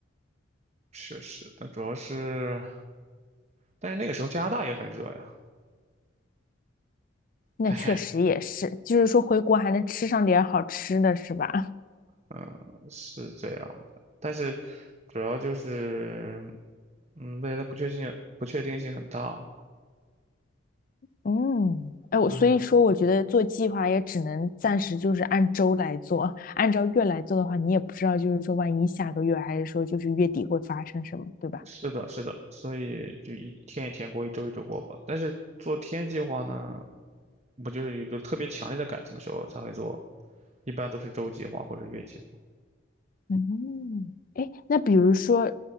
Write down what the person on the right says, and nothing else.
确实，但主要是，但是那个时候加拿大也很热呀。
嘿嘿，
嗯，是这样的。但是主要就是，嗯，未来的不确定性不确定性很大。
唉，
是的，是的，所以就一天一天过，一周一周过吧。但是做天计划呢，我就是有着特别强烈的感情的时候才会做，一般都是周计划或者月计划。